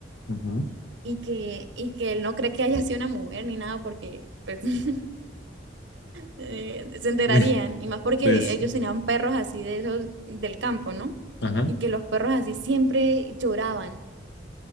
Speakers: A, on the left; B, on the right.
A: Ujú.
B: Y que, y que él no cree que haya sido una mujer ni nada porque pues <laughs> eh, se enterarían.
A: <laughs>
B: Y más porque
A: Pues,
B: ellos tenían perros así de esos del campo, ¿no?
A: ajá,
B: Y que los perros así siempre lloraban.